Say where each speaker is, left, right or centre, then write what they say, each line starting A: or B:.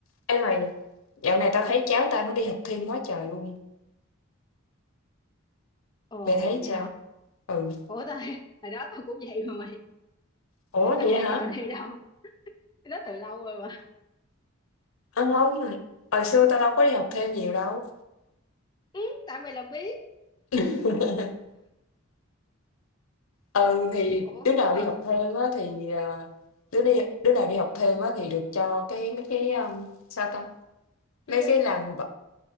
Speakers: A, on the left (about 85°); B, on the left (about 20°).
A: Ê mày, dạo này tao thấy cháu tao nó đi học thêm quá trời luôn.
B: Ồ
A: Mày thấy
B: vậy
A: sao?
B: hả?
A: Ừ.
B: Ủa tao <laughs> hồi đó tao cũng vậy mà mày,
A: Ủa
B: <laughs> tao
A: vậy
B: phải
A: hả?
B: dạo đi đâu. Cái đó từ lâu rồi mà.
A: Ăn không mà. Hồi xưa tao đâu có đi học thêm nhiều đâu.
B: Ừ, tại mày làm biết.
A: <laughs> Ừ thì
B: Ủa,
A: đứa nào
B: ừ,
A: đi học thêm á thì à, đứa đi đứa nào đi học thêm á thì được cho cái mấy cái um, sao ta? Mấy
B: phiếu bán
A: cái làm
B: quan.
A: b-